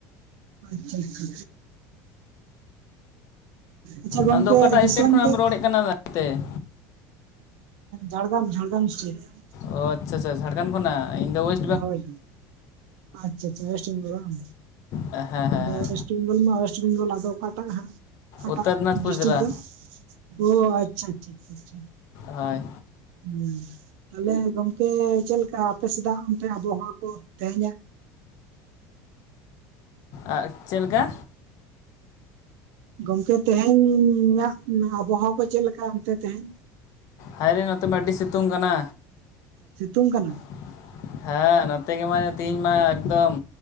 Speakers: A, on the right; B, on the left.
A: ᱟᱪᱪᱷᱟ ᱟᱪᱪᱷᱟ, ᱟᱪᱷᱟ ᱜᱚᱝᱠᱮ
B: ᱟᱢ ᱫᱚ ᱚᱠᱟᱴᱟᱜ
A: ᱫᱤᱥᱚᱢ
B: ᱥᱴᱮᱴ ᱠᱷᱚᱱᱟᱜ
A: ᱫᱚ?
B: ᱮᱢ ᱨᱚᱲᱮᱫ ᱠᱟᱱᱟ ᱢᱮᱱᱛᱮ,
A: ᱡᱷᱟᱲᱜᱨᱟᱢ ᱡᱷᱟᱲᱜᱨᱟᱢ ᱰᱤᱥᱢᱤᱥᱠᱢ,
B: ᱚᱻ ᱟᱪᱪᱷᱟ ᱟᱪᱪᱷᱟ ᱡᱷᱟᱲᱜᱟᱨᱟᱢ ᱠᱷᱚᱱᱟᱜ, ᱤ <inaudible>
A: ᱦᱳᱭ ᱟᱪᱪᱷᱟ ᱟᱪᱪᱷᱟ ᱳᱭᱮᱥᱴ ᱵᱮᱝᱜᱚᱞ ᱵᱟᱝ,
B: ᱦᱮᱸ ᱦᱮᱸ
A: ᱟᱫᱚ <unintelligible> ᱵᱮᱝᱜᱚᱞ ᱢᱟ ᱳᱭᱮᱥᱴ ᱵᱮᱝᱜᱚᱞ ᱟᱫ ᱟᱠᱟᱴᱟᱜ? ᱚᱴᱟᱜ
B: ᱩᱛᱛᱚᱨ ᱫᱤᱱᱟᱡᱽᱯᱩᱨ
A: ᱰᱤᱥᱴᱤᱠ
B: ᱡᱮᱞᱟ
A: ᱫᱚ ᱚ ᱟᱪᱪᱷᱟ ᱟᱪᱪᱷᱟ,
B: ᱦᱳᱭ,
A: ᱦᱮᱸ ᱛᱟᱦᱞᱮ ᱜᱚᱝᱠᱮ ᱪᱮᱫ ᱞᱮᱠᱟ ᱟᱯᱮᱥᱮᱫᱟᱜ ᱚᱱᱛᱮ ᱟᱵᱚᱦᱟᱣᱟ ᱠᱚ ᱛᱮᱦᱮᱧᱟᱜ?
B: ᱟᱨ ᱪᱮᱫ ᱞᱮᱠᱟ?
A: ᱜᱚᱝᱠᱮ ᱛᱮᱦᱮᱧ ᱧᱟᱜ ᱟᱵᱚᱦᱟᱣᱟ ᱠᱚ ᱪᱮᱫ ᱞᱮᱠᱟ ᱚᱱᱛᱮ ᱛᱮᱦᱮᱧ?
B: ᱦᱟᱭᱨᱤ ᱱᱚᱛᱮ ᱢᱟ ᱟᱹᱰᱤ ᱥᱤᱛᱩᱝ ᱠᱟᱱᱟ᱾
A: ᱥᱤᱛᱩᱝ ᱠᱟᱱᱟ?
B: <inaudible> ᱦᱮᱸ ᱱᱚᱛᱮ ᱜᱮ ᱢᱟ ᱛᱮᱤᱦᱤᱧ ᱢᱟ ᱮᱠᱫᱚᱢ